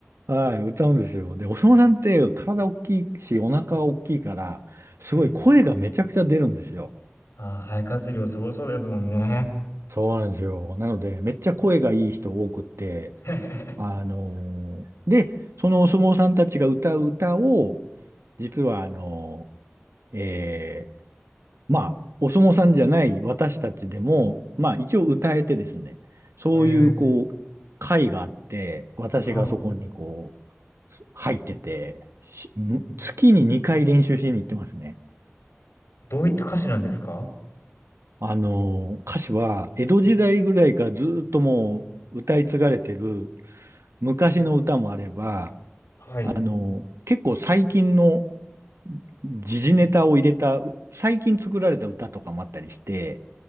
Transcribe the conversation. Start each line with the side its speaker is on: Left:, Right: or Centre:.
Right: はい、歌うんですよ。で、お相撲さんって体大きいし、お腹大きいから、すごい声がめちゃくちゃ出るんですよ。
Left: うん。ああ、肺活量すごそうですもんね。
Right: そうなんですよ。なので、めっちゃ声がいい人多くって、
Left: <laughs>
Right: あのーで、そのお相撲さんたちが歌う歌を、実はあのーえーまあ、お相撲さんじゃない私たちでも、まあ一応歌えてですね、そういうこう、
Left: へえ、
Right: 会があって、私がそこにこ
Left: はい。
Right: う、入ってて、し月に2回練習しに行ってますね。
Left: どういった歌詞なんですか？
Right: あのー歌詞は、江戸時代ぐらいからずーっともう歌い継がれてる昔の歌もあれば、
Left: はい。
Right: あのー結構最近の時事ネタを入れた、う最近作られた歌とかもあったりして、